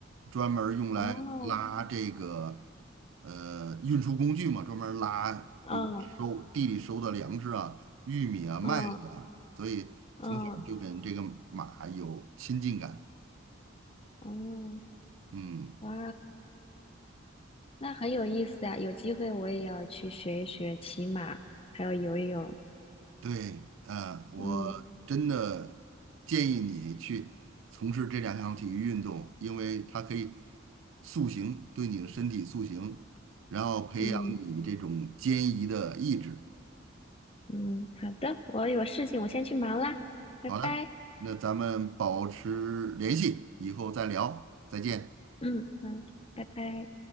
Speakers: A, on the right; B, on the left.
A: 专门儿用来拉这个
B: 啊，哦，
A: 呃运输工具嘛，专门儿拉，
B: 嗯
A: 比如收地里收的粮食啊、玉米啊、麦子啊，
B: 嗯
A: 所以从小就跟这个马有亲近感。
B: 嗯嗯，
A: 嗯，
B: 哇，那很有意思呀，有机会我也要去学一学骑马，还有游泳。
A: 对，呃，我真的建议你去从事这两项体育运动，
B: 嗯
A: 因为它可以塑形，对你的身体塑形，然后培养你这种坚毅的意志。
B: 嗯嗯，好的，我有事情，我先去忙啦，拜拜。
A: 好的，那咱们保持联系，以后再聊，再见。
B: 嗯嗯，拜拜。